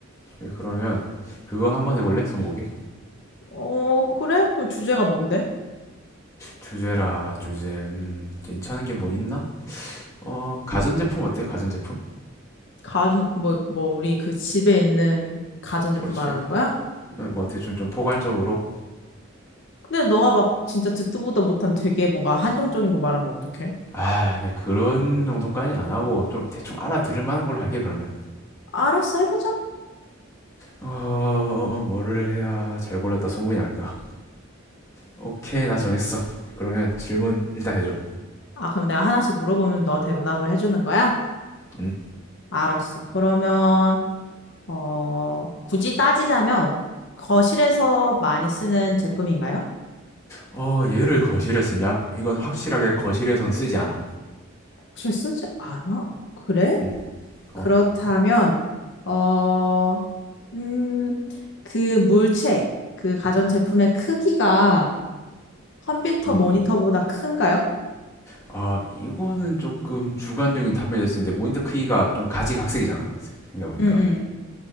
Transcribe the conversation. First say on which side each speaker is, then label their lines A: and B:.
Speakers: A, on the left; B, on the left.
A: 예, 그러면 그거 한번 해볼래? 스무고개?
B: 어, 그래? 그 주제가 뭔데?
A: 주제라 주제. 음, 괜찮은 게 뭐 있나? 어, 가전제품 어때? 가전제품?
B: 가전, 뭐, 뭐, 우리 그 집에 있는 가전제품
A: 그렇지.
B: 말하는 거야?
A: 어, 뭐 대충 좀 포괄적으로.
B: 근데 너가 막 진짜 듣도 보도 못한 되게 뭔가 한정적인 거 말하면 어떡해?
A: 아, 네 그런 정도까지 안 하고 좀 대충 알아들을 만한 걸로 할게 그러면.
B: 알았어, 해보자.
A: 어, 어, 어, 뭐를 해야 잘 골랐다 소문이 날까? 오케이, 나 정했어. 그러면 질문 일단 해줘.
B: 아, 그럼 내가 하나씩 물어보면 너 대답을 해주는 거야?
A: 음.
B: 알았어. 그러면, 어, 굳이 따지자면 거실에서 많이 쓰는 제품인가요?
A: 어, 얘를 거실에 쓰냐? 이건 확실하게 거실에선 쓰지 않아.
B: 거실 쓰지 않아? 그래?
A: 음, 어,
B: 그렇다면, 어, 음, 그 물체, 그 가전제품의 크기가 컴퓨터
A: 음.
B: 모니터보다 큰가요?
A: 아, 이거는 조금 주관적인 답변이 될 수 있는데 모니터 크기가 좀 가지각색이잖아. 생각해보니까.
B: 응, 응,